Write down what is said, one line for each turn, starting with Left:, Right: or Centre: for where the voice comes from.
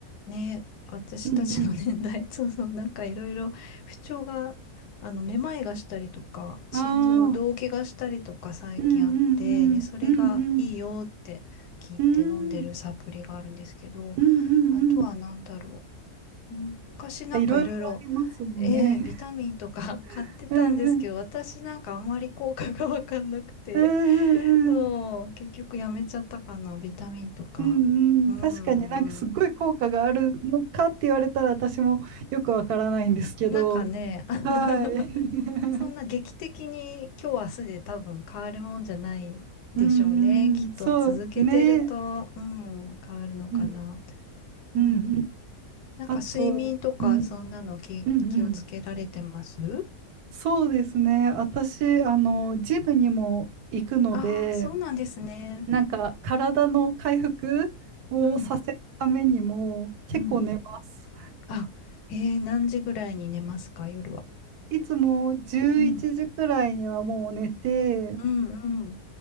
Left: ね、私たちの年代、
Right: ん
Left: <laughs> そうそう、なんかいろいろ不調が、あの、めまいがしたりとか、心臓動悸がしたりとか最近あって、
Right: うん。ああ。うんうんうん。
Left: で、それがいいよって聞いて飲んでるサプリがあるんですけど、
Right: うんうん。うんうんうんうん。
Left: あとはなんだろう。
Right: なん
Left: うん昔なんかいろいろ、
Right: かいろいろありますもんね。
Left: A、ビタミンとか <laughs> 買ってたんですけど、
Right: <laughs> うんうん。
Left: 私なんかあんまり効果がわかんなくて、
Right: うんうんうん。
Left: そう、結局やめちゃったかな、ビタミンとか。
Right: うんうん、
Left: うんうん。
Right: 確かになんかすっごい効果があるのかって言われたら私もよくわからないんですけど、
Left: なんかね、あの
Right: はい。
Left: <laughs>
Right: <laughs>
Left: そんな劇的に今日明日で多分変わるもんじゃないでしょうね。
Right: うんうん、
Left: きっと続けてると、
Right: そうね。
Left: うん、変わるのかな。
Right: うんうんうん。
Left: うん、なんか睡眠とかそんなの気、
Right: あと、うん、うんうん。
Left: 気をつけられてます
Right: そうですね。私、あの、ジムにも行くので、
Left: ああー、そうなんですね。
Right: なんか体の回復をさせるためにも結構寝ます。
Left: うん、うん。あ、えー、何時ぐらいに寝ますか、夜は。
Right: いつも11時くらいにはもう寝て、
Left: うん、うん、うん。